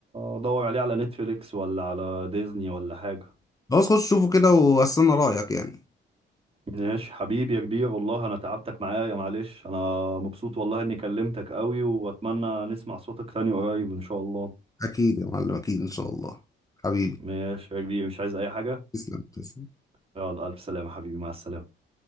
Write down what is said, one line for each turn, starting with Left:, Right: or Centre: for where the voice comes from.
Right: ادور عليه على نتفليكس ولا على ديزني ولا حاجة
Left: خلاص خش شوفه كده واستنى رأيك يعني
Right: ماشي حبيبي يا كبير والله انا تعبتك معايا معلش انا مبسوط والله اني كلمتك قوي واتمنى نسمع صوتك تاني قريب ان شاء الله
Left: اكيد يا معلم اكيد ان شاء الله حبيبي
Right: ماشي يا كبير مش عايز اي حاجة
Left: تسلم تسلم
Right: يلا الف سلامة حبيبي مع السلامة